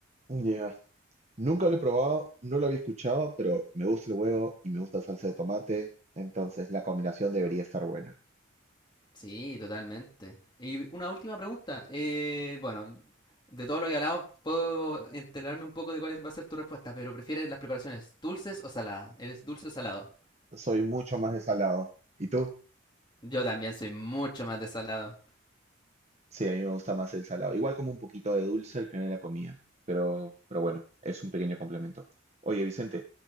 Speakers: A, on the right (about 35°); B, on the left (about 20°).
A: Ya. Nunca lo he probado, no lo había escuchado, pero me gusta el huevo y me gusta la salsa de tomate, entonces la combinación debería estar buena.
B: Sí, totalmente. Y una última pregunta. Eh, bueno, de todo lo que hablamos, puedo enterarme un poco de cuál va a ser tu respuesta, pero ¿prefieres las preparaciones dulces o saladas? ¿Eres dulce o salado?
A: Soy mucho más de salado. ¿Y tú?
B: Yo también soy mucho más de salado.
A: Sí, a mí me gusta más el salado. Igual como un poquito de dulce al final de la comida, pero, pero bueno, es un pequeño complemento. Oye, Vicente,